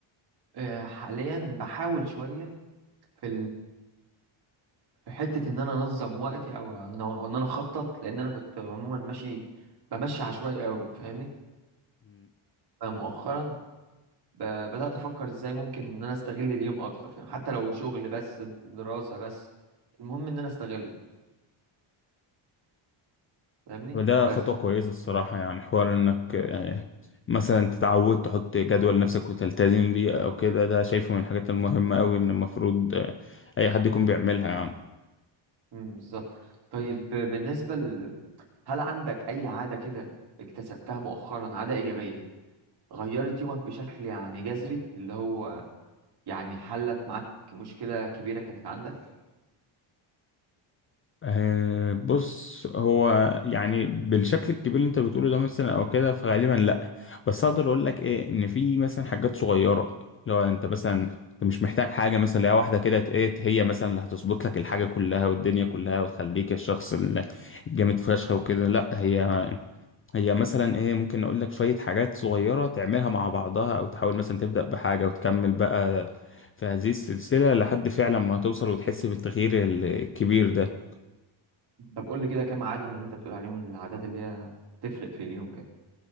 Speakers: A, on the right; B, on the left.
A: آه، حاليا بحاول شويه في في حتة إن أنا أنظم وقتي أو إن أو إن أنا أخطط لأن أنا كنت عموما ماشي بمشي عشوائي أوي فاهمني فمؤخرا ب- بدأت أفكر إزاي ممكن إن أنا أستغل اليوم أكتر فاهم حتى لو شغل بس دراسة بس المهم إن أنا أستغله فاهمني
B: وده
A: بس
B: خطوة كويسة الصراحة يعني حوار انك آه، مثلا تتعود تحط جدول لنفسك وتلتزم بيه او كده ده شايفه من الحاجات المهمة اوي ان المفروض آه، اي حد يكون بيعملها يعني
A: مم، بالظبط طيب ب- بالنسبة ل... هل عندك أي عادة كده اكتسبتها مؤخرا عادة إيجابية غيرت يومك بشكل يعني جذري اللي هو يعني حلت معاك مشكلة كبيرة كانت عندك
B: آه، بص هو يعني بالشكل الكبير اللي انت بتقوله ده مثلا او كده فغالبا لا بس اقدر اقول لك ايه ان في مثلا حاجات صغيرة لو انت مثلا انت مش محتاج حاجة مثلا لو واحدة كده ت- ايه هي مثلا اللي هتظبط لك الحاجة كلها والدنيا كلها وتخليك الشخص ال- الجامد فشخ وكده لا هي هي مثلا ايه ممكن اقول لك شوية حاجات صغيرة تعملها مع بعضها او تحاول مثلا تبدأ بحاجة وتكمل بقى في هذه السلسلة لحد فعلا ما توصل وتحس بالتغيير ال- الكبير ده
A: طب قول لي كده كام عاده من اللي انت بتقول عليهم العادات اللي هي تفرق في اليوم كده